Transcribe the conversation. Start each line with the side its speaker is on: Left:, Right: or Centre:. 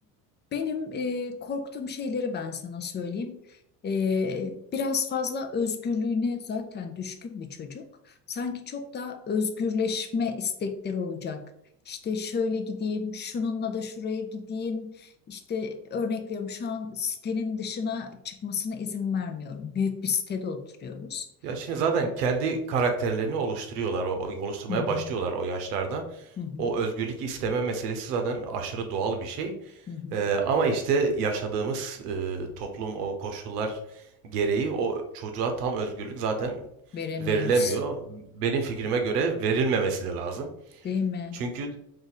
Left: benim e, korktuğum şeyleri ben sana söyleyeyim. E, biraz fazla özgürlüğüne zaten düşkün bir çocuk. Sanki çok daha özgürleşme istekleri olacak. İşte şöyle gideyim, şununla da şuraya gideyim. İşte örnek veriyorum şu an sitenin dışına çıkmasına izin vermiyorum. Büyük bir sitede oturuyoruz.
Right: Ya şimdi zaten kendi karakterlerini oluşturuyorlar, o, o- oluşturmaya
Left: Hı hı,
Right: başlıyorlar o yaşlarda.
Left: hı hı,
Right: O özgürlük isteme meselesi zaten aşırı doğal bir şey.
Left: hı hı.
Right: Ee, ama işte yaşadığımız e, toplum o koşullar gereği o çocuğa tam özgürlük zaten
Left: Veremiyoruz,
Right: verilemiyor. Benim fikrime göre verilmemesi de lazım.
Left: değil mi?
Right: Çünkü